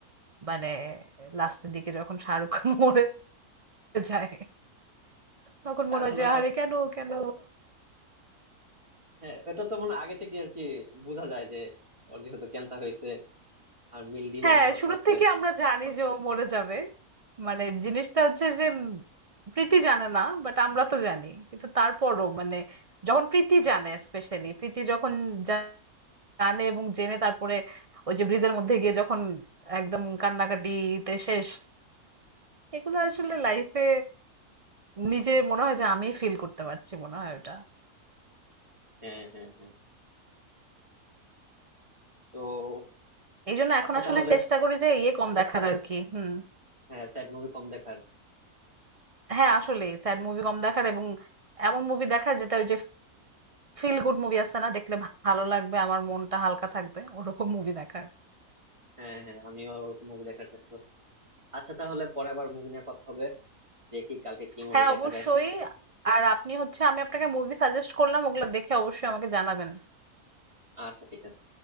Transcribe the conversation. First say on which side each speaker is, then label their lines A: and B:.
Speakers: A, on the right (about 55°); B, on the right (about 20°).
A: মানে লাস্টের দিকে যখন শাহরুখ খান মরে যায় তখন
B: কারণ
A: মনে হয় যে আরে কেন কেন
B: হ্যাঁ এটা তো মনে হয় আগে থেকে আর কি বোঝা যায় যে ওর যেহেতু ক্যান্সার হয়েছে আর মিল দিবন
A: হ্যাঁ
B: ওর
A: শুরুর
B: সাথে
A: থেকে আমরা জানি যে ও মরে যাবে মানে জিনিসটা হচ্ছে যে উম, প্রীতি জানে না বাট আমরা তো জানি কিন্তু তারপরও মানে যখন প্রীতি জানে স্পেশালি প্রীতি যখন জা- জানে এবং জেনে তারপরে ওই যে ব্রিজের মধ্যে গিয়ে যখন একদম কান্নাকাটিতে শেষ এগুলো আসলে লাইফে নিজে মনে হয় যে আমি ফিল করতে পারছি মনে হয় ওটা
B: হ্যাঁ হ্যাঁ হ্যাঁ তো
A: এই জন্য এখন
B: আচ্ছা
A: আসলে
B: তাহলে
A: চেষ্টা করি যে ইয়ে কম দেখার আর কি হুম
B: হ্যাঁ স্যাড মুভি কম দেখার
A: হ্যাঁ আসলে স্যাড মুভি কম দেখার এবং এমন মুভি দেখার যেটা ওই যে ফিল গুড মুভি আছে না দেখলে ভালো লাগবে আমার মনটা হালকা থাকবে ওরকম মুভি দেখার
B: হ্যাঁ হ্যাঁ আমিও ওরকম মুভি দেখার চেষ্টা করছি আচ্ছা তাহলে পরে আবার মুভি নিয়ে কথা হবে দেখি কালকে কি মুভি
A: হ্যাঁ
B: দেখা
A: অবশ্যই
B: যায়
A: আর আপনি হচ্ছে আমি আপনাকে মুভি সাজেস্ট করলাম ওগুলো দেখে অবশ্যই আমাকে জানাবেন
B: আচ্ছা ঠিক আছে